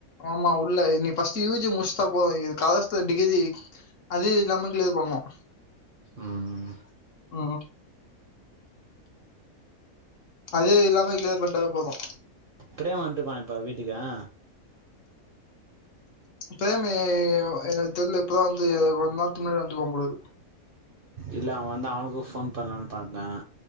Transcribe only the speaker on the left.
ஆமா உள்ள நீ ஃபர்ஸ்ட் யூ ஜி முடிச்சுதா போ கரஸ்ல டிகிரி அதே இல்லாம கமெண்ட்லேயே பண்ணோம்
ம் அதே இல்லாம கிளியர் பண்ணடாவே போதும்
பிரேம் எங்களுக் தெர்ல இப்பதான் வந்து ஒரு நாள் பின்னாடி வந்து இருப்பான் போலருக்கு